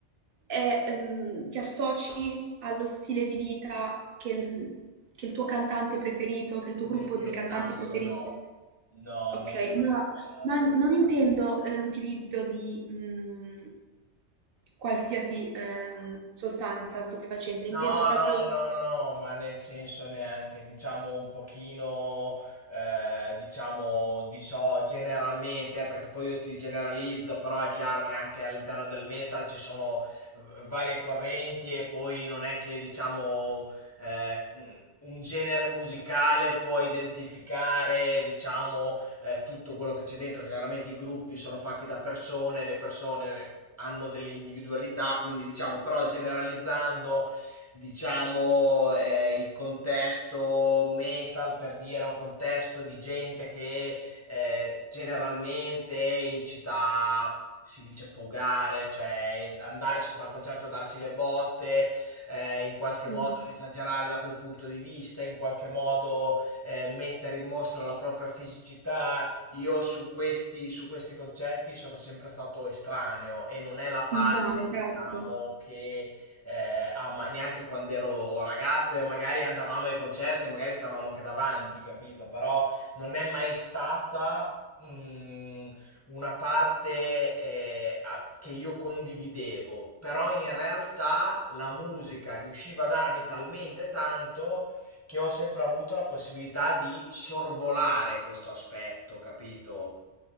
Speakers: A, on the right; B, on the left.
A: è ehm, ti associ allo stile di vita che il che il tuo
B: No,
A: cantante preferito, che il tuo gruppo
B: nel mio
A: di cantanti
B: caso
A: preferisse
B: no. No,
A: okay,
B: non è mai
A: no,
B: stato.
A: non non intendo, ehm, l'utilizzo di, mhmm, qualsiasi, ehm, sostanza stupefacente, intendo
B: No,
A: proprio
B: no, no, no, ma nel senso neanche, diciamo un pochino, eh, diciamo, di so generalmente, perché poi io ti generalizzo, però è chiaro che anche all'interno del metal ci sono v- varie correnti e poi non è che, diciamo, eh, un genere musicale può identificare, diciamo, eh, tutto quello che c'è dentro, che chiaramente i gruppi sono fatti da persone, le persone... hanno delle individualità, quindi diciamo, però generalizzando, diciamo, eh, il contesto metal, per dire, è un contesto di gente che eh, generalmente in città si dice pogare, cioè andare sotto al concerto e darsi le botte, eh, in qualche
A: Mh.
B: modo esagerare da quel punto di vista, in qualche modo eh, mettere in mostra la propria fisicità. Io su questi, su questi concetti sono sempre stato estraneo e non è la parte,
A: No, esatto.
B: diciamo, che eh, a ma- neanche quando ero ragazzo e magari andavamo ai concerti e magari stavamo anche davanti, capito? Però non è mai stata mh, una parte eh, a- che io condividevo, però in realtà la musica riusciva a darmi talmente tanto che ho sempre avuto la possibilità di sorvolare questo aspetto, capito?